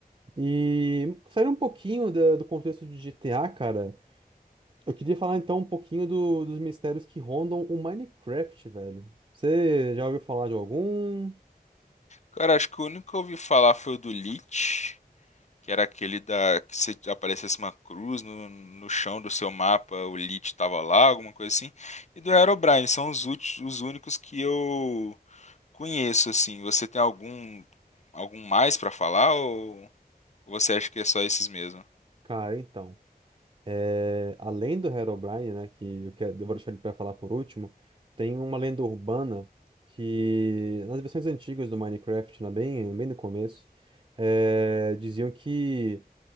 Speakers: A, on the right; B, on the left.
A: E saindo um pouquinho da- do contexto de GTA, cara, eu queria falar então um pouquinho do- dos mistérios que rondam o Minecraft, velho. Você já ouviu falar de algum?
B: Cara, acho que o único que eu ouvi falar foi o do Lich, que era aquele da que se aparecesse uma cruz no, no chão do seu mapa, o Lich tava lá, alguma coisa assim. E do Herobrine, são os, ulti- os únicos que eu Conheço, assim. Você tem algum algum mais pra falar ou você acha que é só esses mesmo?
A: Cara, então. é, além do Herobrine, né, que eu, quero, eu vou deixar ele pra falar por último, tem uma lenda urbana que nas versões antigas do Minecraft, né, bem, bem no começo, é, diziam que.